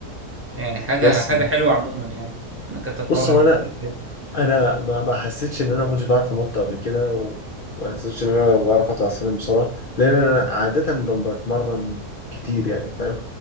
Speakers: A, on the right; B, on the left.
A: يعني حاجة
B: بس
A: حاجة حلوة عموما يعني انا كنت اتمرن
B: بص هو انا
A: رجلي.
B: انا ما ما حسيتش ان انا ما كنتش بعرف انط قبل كده و- وما حسيتش ان انا بعرف اطلع السلم بسرعه لان انا عاده ب- بتمرن كتير يعني فاهم